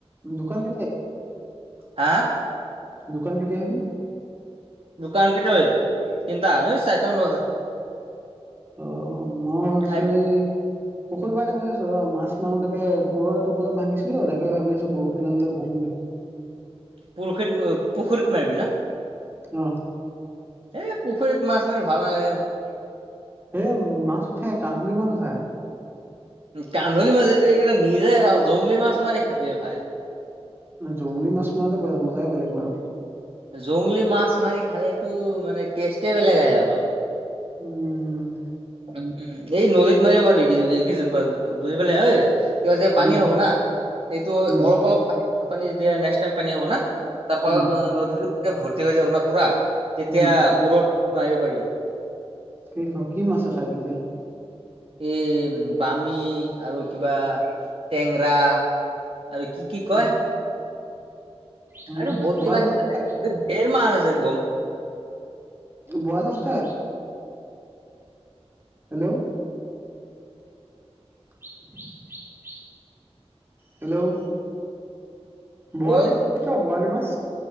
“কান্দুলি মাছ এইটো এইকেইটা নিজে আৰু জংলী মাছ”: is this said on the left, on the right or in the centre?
Right